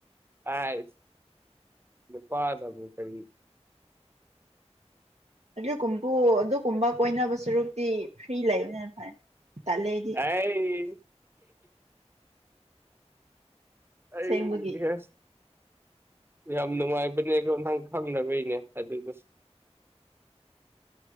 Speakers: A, on the right (about 20°); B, on the right (about 70°).
A: ꯑꯥꯏ ꯅꯨꯄꯥꯗꯕꯨ ꯀꯔꯤ ꯫
B: ꯑꯗꯨꯀꯨꯝꯄꯨ ꯑꯗꯨꯒꯨꯝꯕ ꯀꯣꯏꯅꯕ ꯁꯔꯨꯛꯇꯤ ꯐ꯭ꯔꯤ ꯂꯩꯕꯅ ꯍꯦꯟ ꯐꯔꯦ꯫ ꯇꯜꯂꯦ ꯑꯩꯗꯤ
A: ꯑꯥꯏ ꯑꯩ
B: ꯑꯁꯦꯡꯕꯒꯤ
A: ꯏꯍꯦ ꯫ ꯌꯥꯝ ꯅꯨꯡꯉꯥꯏꯕꯅꯦꯒꯣ ꯅꯪ ꯈꯪꯅꯕꯩꯅꯦ ꯑꯗꯨꯗꯣ